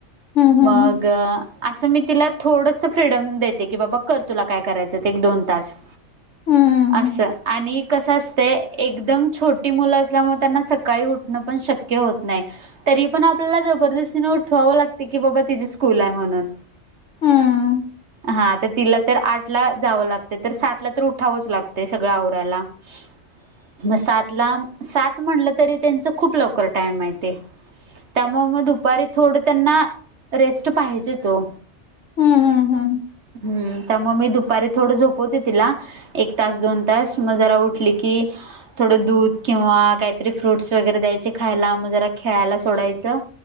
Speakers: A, on the left (about 75°); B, on the right (about 65°).
A: हम्म हम्म
B: मग असं मी तिला थोडस फ्रीडम देते की बाबा कर तुला काय करायचं ते एक दोन तास.
A: हम्म हम्म
B: स आणि कसं असते एकदम छोटी मुलं असल्यामुळे त्यांना सकाळी उ ठणं शक्य होत नाही. तरी पण आपल्याला जबरदस्तीने उठवावं लागते की बाबा तिजी स्कूल आहे म्हणून
A: हम्म हम्म
B: हा तर तिला तर आठ ला जावं लागत तर सात ला तर उठावंच लागते सगळं आवरायाला. <unintelligible> म सात ला सात म्हटलं तरी त्यांच खूप लवकर टाइम आहे ते त्यामुळे म दुपारी थोडं त्यांना रेस्ट पाहिजेच हो.
A: हम्म हम्म हम्म.
B: हम्म त्यमूळं मग मी दुपारी थोडं झोपवते तिला एक तास दोन तास मग जरा उठली की थोडं दूध किंवा काहीतरी फ्रुटस वगैरे द्यायचे खायला म जरा खेळायला सोडायचं.